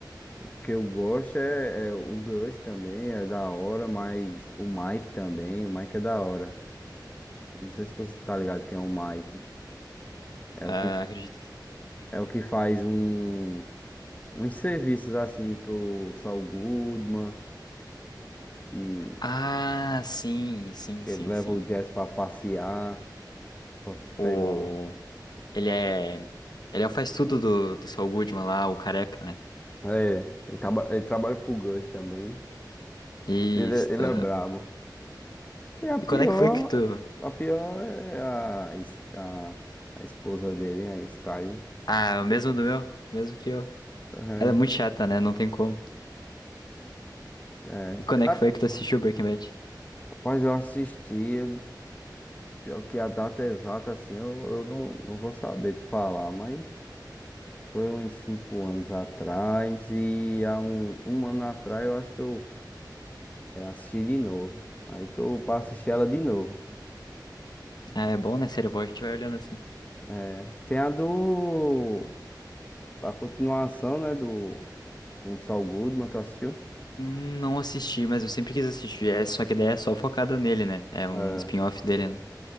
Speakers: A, on the left; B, on the left.
A: que eu gosto é, é o Gus também, é da hora, mas o Mike também, o Mike é da hora. Não sei se tu tá ligado quem é o Mike. É
B: Ah,
A: o que,
B: acredito que.
A: é o que faz um, uns serviços assim pro Saul Goodman, que,
B: Ah, sim, sim,
A: que
B: sim,
A: ele leva
B: sim.
A: o Jazz pra passear, pra
B: O.
A: pegar uma...
B: Ele é. Ele é o faz tudo do, do Saul Goodman lá, o careca, né?
A: É, ele, traba, ele trabalha pro Gus também.
B: Isso.
A: Ele, é- ele
B: aham.
A: é brabo. E a pior,
B: E quando é que foi que tu.
A: a pior é a, es- a, a esposa dele, a Skyler.
B: Ah, o mesmo do meu? O mesmo que eu.
A: É.
B: Ela é muito chata, né? Não tem como.
A: É,
B: E quando é
A: a-
B: que foi que tu assistiu Breaking Bad?
A: rapaz, eu assisti, eu- pior que a data exata, assim, eu, eu não, não vou saber te falar, mas foi uns cinco anos atrás e há um, um ano atrás eu acho que eu é, assisti de novo. Aí tô pra assistir ela de novo,
B: Ah, é bom, né? Série boa, a gente vai olhando assim.
A: né? Tem a do... a continuação, né, do... com o Saul Goodman, tu assistiu?
B: Hum, Não assisti, mas eu sempre quis assistir. É, só que daí é só focada nele, né? É um
A: É,
B: spin-off dele, né?